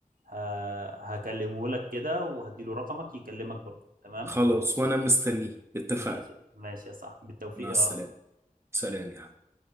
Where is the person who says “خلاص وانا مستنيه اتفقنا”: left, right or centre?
Right